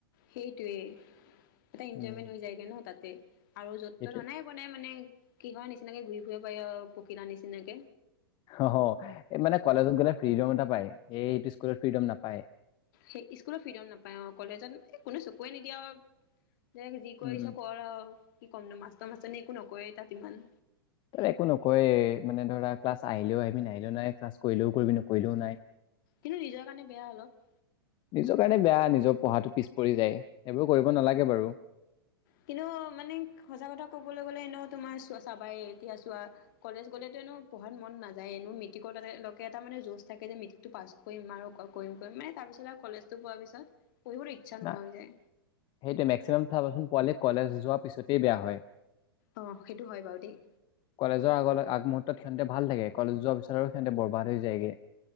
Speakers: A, on the left (about 50°); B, on the left (about 35°).
A: সেইটোৱে এটা এনজয়মেন্ট
B: উম
A: হৈ যায়গে ন তাতে আৰু য'ত
B: সেইটোৱে
A: ত'ত অননাই বনাই মানে। কি হয় নিচিনাকে ঘূৰি ফুৰিব পাৰি আৰু পখিলা নিচিনাকে।
B: অ মানে কলেজত গ'লে ফ্ৰীডম এটা পায়। এইটো স্কুলত ফ্ৰিডম নাপায়।
A: সেই স্কুলৰ ফ্ৰীডন নাপায় আৰু কলেজত কোনে চকুৱে নিদিয়া আৰু দে যি
B: উম,
A: কৰিছ কৰা আৰু কি ক'মনো মাছট মাছটনিয়ে একো নকয় তাত ইমান
B: একো নকয়ে মানে ধৰা ক্লাছ আহিলেও আহিবি ন আহিলেও নাই ক্লাছ কৰিলেও কৰিবি নকৰিলেও নাই
A: কিন্তু নিজৰ কাৰণে বেয়া অলপ
B: নিজৰ কাৰণে বেয়া নিজৰ পঢ়াটো পিছ পৰি যায় সেইবোৰ কৰিব নালাগে বাৰু
A: কিন্তু মানে সঁচা কথা কবলৈ গ'লে এনে তোমাৰ চ চাবাই এতিয়া চোৱা কলেজ গলেতো পঢ়াত মন নাযায় এনেো মেট্ৰিকৰে এটা মানে যোজ থাকে যে মেট্ৰিকটো পাছ কৰিম আৰু অ কৰিম কৰিম মে তাৰপিছত আৰু কলেজটো পোৱাৰ পিছত পঢ়িবলৈ ইচ্ছা নোহোৱা
B: নাই
A: হৈ যায়
B: সেইটো মেক্সিমাম চাবাচোন পোৱালি কলেজ যোৱাৰ পিছতে বেয়া হয়
A: আহ সেইটো হয় বাৰু দেই
B: কলেজৰ আগলৈ আগমুহূৰ্তত সিহঁতে ভাল থাকে কলেজ যোৱাৰ পিছতো সিহঁতে বৰবাদ হৈ যায়গে